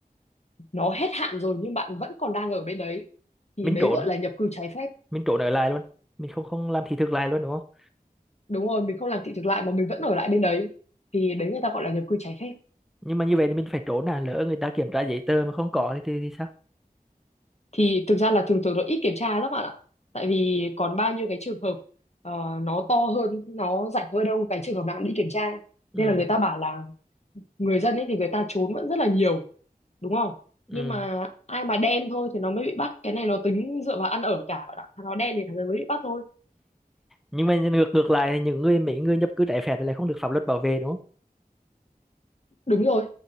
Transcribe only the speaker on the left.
nó hết hạn rồi nhưng bạn vẫn còn đang ở bên đấy thì
đấy
gọi là nhập cư trái phép
đúng rồi mình không làm thị thực lại mà mình vẫn ở lại bên đấy thì đấy người ta gọi là nhập cư trái phép
thì thực ra là thường thường nó ít kiểm tra lắm bạn ạ tại vì còn bao nhiêu cái trường hợp ờ, nó to hơn nó rảnh hơn đâu cái trường hợp nào cũng đi kiểm tra
nên là người ta bảo là người dân ấy thì người ta trốn vẫn rất là nhiều đúng không
nhưng mà ai mà đen thôi thì nó mới bị bắt cái này nó tính dựa vào ăn ở cả bạn ạ thằng nó đen thì thằng đấy mới bị bắt thôi
đúng rồi